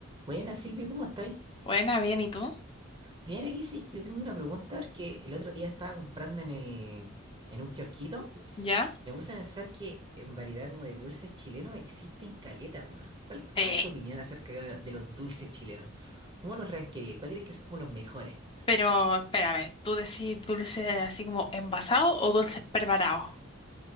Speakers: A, on the right; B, on the left.
A: Buenas, Silvio, ¿cómo estáis?
B: Buena, bien, ¿y tú?
A: Bien, aquí sí que tengo una pregunta porque el otro día estaba comprando en el, en un kiosquito.
B: ¿Ya?
A: Me puse a pensar que en variedad como de dulces chilenos existen caleta, weón. ¿Cuál,
B: Sí.
A: cuál es tu opinión acerca de de los dulces chilenos? ¿Cómo los ranquerías? ¿Cuál dirías que son como los mejores?
B: Pero espera, a ver, ¿tú decís dulce así como envasado o dulce preparado?